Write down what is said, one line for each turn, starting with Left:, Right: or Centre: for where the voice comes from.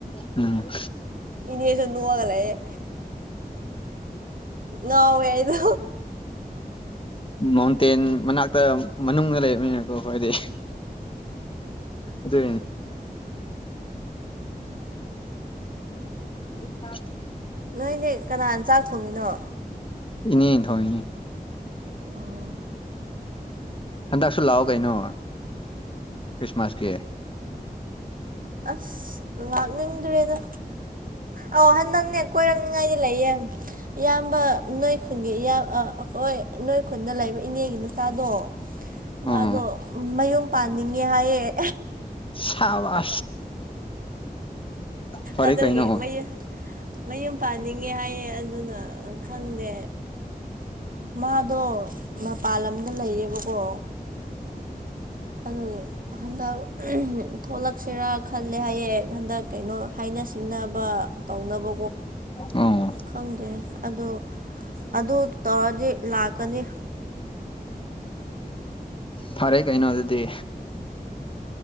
Left: ꯎꯝ
Right: ꯏꯅꯦꯁꯨ ꯅꯣꯛꯑꯒ ꯂꯩꯌꯦꯦ ꯅꯋꯗ
Left: ꯃꯥꯎꯟꯇꯦꯟ ꯃꯅꯥꯛꯇ ꯃꯅꯨꯡꯗ ꯂꯩꯕꯅꯤꯅꯀꯣ ꯍꯥꯏꯣꯏꯗꯤ ꯑꯗꯨ ꯀ
Right: ꯅꯣꯏꯅꯦ ꯀꯅꯥꯅ ꯆꯥꯛ ꯊꯣꯡꯉꯤꯅꯣ
Left: ꯏꯅꯤ ꯊꯅꯤ
Right: ꯎꯝ
Left: ꯍꯟꯗꯛꯁꯨ ꯂꯥꯛꯑꯣ ꯀꯩꯅꯣ ꯈ꯭ꯔꯤꯁꯃꯥꯁꯀꯤ
Right: ꯑꯁ ꯂꯥꯛꯅꯤꯡꯗ꯭ꯔꯦꯗ ꯑꯧ ꯍꯍꯟ ꯅꯪꯅꯦ ꯀꯣꯏꯔꯛꯅꯤꯉꯥꯏꯗꯤ ꯂꯩꯌꯦꯡ ꯏꯌꯥꯝꯕ ꯅꯣꯏ ꯈꯨꯟꯒꯤ ꯏꯌꯥꯝ ꯑꯩꯈꯣꯏ ꯅꯣꯏ ꯈꯨꯟꯗ ꯂꯩꯕ ꯏꯅꯦꯒꯤ ꯃꯆꯥꯗꯣ ꯃꯥꯗꯣ
Left: ꯑꯥ
Right: ꯃꯌꯨꯝ ꯄꯥꯟꯅꯤꯡꯉꯦ ꯍꯥꯏꯌꯦꯦ
Left: ꯁꯕ ꯐꯔ
Right: ꯑꯗꯨꯒꯤ
Left: ꯀꯩꯅ ꯍ
Right: ꯃꯌꯨꯝ ꯃꯌꯨꯝ ꯄꯥꯟꯅꯤꯡꯉꯦ ꯍꯥꯏꯌꯦ ꯑꯗꯨꯅ ꯈꯪꯗꯦ ꯃꯥꯗꯣ ꯃꯄꯥꯟ ꯂꯝꯗ ꯂꯩꯌꯦꯕꯀꯣ ꯑꯗꯨꯗꯤ ꯍꯟꯗꯛ ꯊꯣꯛꯂꯛꯁꯤꯔꯥ ꯈꯜꯂꯦ ꯍꯥꯏꯌꯦꯡ ꯍꯟꯗꯛ ꯀꯩꯅꯣ ꯍꯥꯏꯅ ꯁꯤꯡꯅꯕ ꯇꯧꯅꯕ
Left: ꯎꯝ
Right: ꯈꯪꯗꯦ ꯑꯗꯨ ꯑꯗꯨ ꯇꯧꯔꯗꯤ ꯂꯥꯛꯀꯅꯤ
Left: ꯐꯔꯦ ꯀꯩꯅꯣ ꯑꯗꯨꯗꯤ